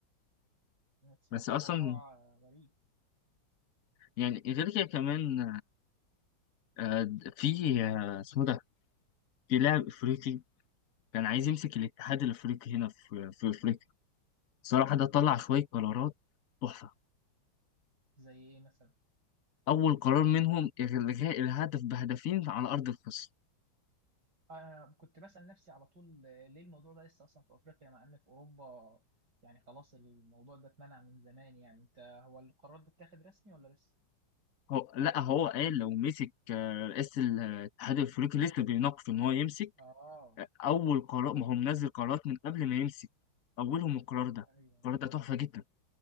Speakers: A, on the right; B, on the left.
A: بصراحه
B: بس اصلا
A: موضوع آه، غريب
B: يعني غير كده كمان آه، في آه، اسمه ده في لاعب افريقي كان عايز يمسك الاتحاد الافريقي هنا في في افريقيا صراحه ده طلع شويه قرارات تحفه
A: زي ايه مثلا
B: اول قرار منهم الغاء الهدف بهدفين على ارض الخصم
A: انا كنت بسال نفسي على طول آه، ليه الموضوع ده لسه اصلا في افريقيا مع ان في اوروبا يعني خلاص الموضوع ده اتمنع من زمان يعني انت هو القرار ده اتاخد رسمي ولا لسه
B: هو لا هو قال لو مسك آه، رئيس الاتحاد الافريقي لسه بيناقش ان هو يمسك
A: اه
B: اول قرار ما هو منزل قرارات من قبل ما يمسك اولهم القرار ده
A: ايوه
B: القرار ده تحفه جدا